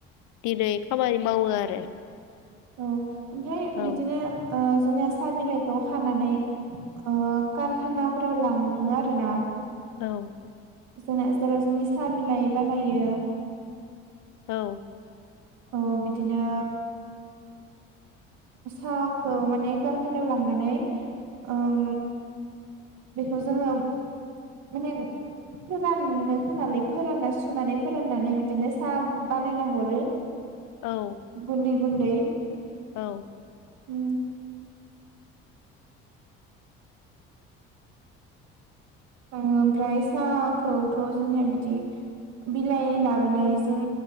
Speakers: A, on the left (about 75°); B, on the right (about 65°).
A: दिनै खामानि मावो आरो।
B: औ ओमफ्राय
A: औ
B: बिदिनो उह जोंनिया साहा बिलाइखौ खानानै उह कारखानाफोराव लांङो आरो ना।
A: औ
B: जोंना जेराव जोंनि साहा बिलाइ बानायो
A: औ
B: औ बिदिनो साहाखौ माने कारखानायाव लांनानै ओम बेखौ जोंङो माने फोराननो होनानै फोरानना सुनानै फोराननानै बिदिनो साहा बानायना हरो।
A: औ
B: गुन्दै गुन्दै
A: औ
B: उम उह ओमफ्राय साहाखौथ जोंनिया बिदि बिलाइ लाबोनायजों